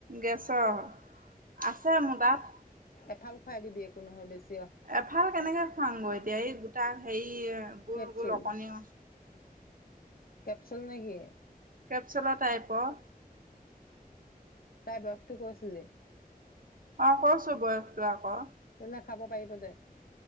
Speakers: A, on the right; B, on the left.
A: গেছৰ। আছে মোৰ তাত।
B: এফাল খুৱাই দিবি একো নহয় বেছ
A: এফাল কেনেকে খুৱাংগৈ এতিয়া, এই গোটা হেৰি গোল
B: কেপচুল
A: গোল অকণি।
B: কেপচুল নেকি?
A: কেপচুলৰ টাইপ অ'।
B: তাইৰ বয়সটো কৈছিলি?
A: অ', কৈছো বয়সটো আকৌ।
B: তেহ'লে খাব পাৰিব দে।